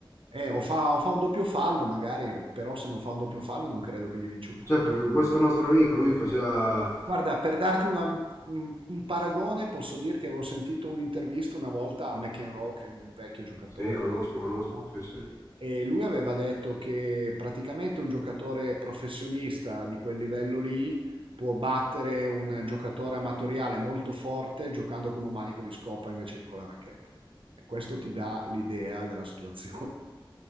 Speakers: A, on the right (about 70°); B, on the left (about 35°).
A: Eh, o fa, o fa un doppio fallo magari, però se non fa un doppio fallo non credo che gli vinci un punto.
B: Cioè perché
A: Mm.
B: con questo nostro amico
A: <laughs>
B: lui faceva
A: Guarda, per darti una- un, un paragone, posso dirti, avevo sentito un'intervista una volta a McEnroe, che è un vecchio giocatore
B: Sì, conosco,
A: americano,
B: conosco,
A: no?
B: sì, sì.
A: E lui aveva detto che praticamente un giocatore professionista di quel livello lì può battere un giocatore amatoriale molto forte giocando con un manico di scopa invece che con la racchetta. E questo ti dà l'idea della situazione.